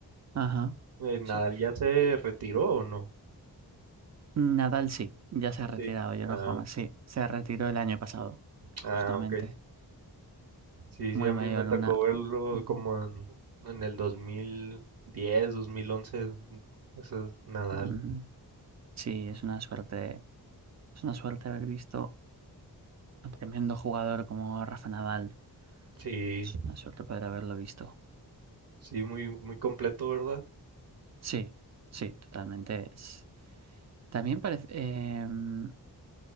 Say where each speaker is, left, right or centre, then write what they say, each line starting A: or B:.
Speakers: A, on the right; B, on the right.
A: Ajá,
B: Eh, ¿Nadal
A: sí.
B: ya se retiró o no?
A: Nadal sí, ya se ha
B: Sí.
A: retirado, ya
B: Ah,
A: no juega más. Sí, se retiró el año pasado, justamente.
B: ah, ok. Sí,
A: Muy
B: sí, a mí
A: mayor,
B: me tocó
A: una...
B: verlo
A: Ujú,
B: como en, en el 2010, 2011, ese Nadal.
A: ujú. Sí, es una suerte, es una suerte haber visto a un tremendo jugador como Rafa Nadal.
B: Sí.
A: Es una suerte poder haberlo visto.
B: Sí, muy, muy completo, ¿verdad?
A: Sí, sí, totalmente. es- También parece... em,